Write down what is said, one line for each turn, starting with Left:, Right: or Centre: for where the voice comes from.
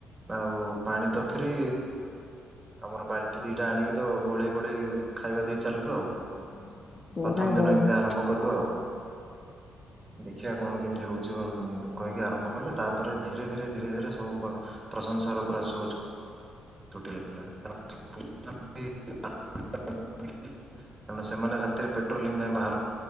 Right: ଆଉ ପାଣି ତ ଫ୍ରି ଆମର ବାଲ୍ଟି ଦିଟା ଆଣିକି ତ ଗୋଳେଇ ଗୋଳେଇ ଖାଇବା ଦେଇ ଚାଲିଲୁ ଆଉ।
Left: <unintelligible>
Right: ପ୍ରଥମ ଦିନ
Left: ବହୁ
Right: ଏମିତି
Left: ହଁ
Right: ଆରମ୍ଭ କଲୁ ଆଉ ଦେ ଖିଆ କଣ କେମିତି ହେଉଛି କହିକି ଆରମ୍ଭ କଲୁ ତାପରେ ଧୀରେ ଧୀରେ ଧୀରେ ଧୀରେ ସବୁ ପ୍ର ପ୍ରଶଂସାର ର ଆସୁଅଛି <unintelligible> <unintelligible> ସେମାନେ ରାତିରେ ପେଟୋଲିଙ୍ଗ ପାଇଁ ବାହାର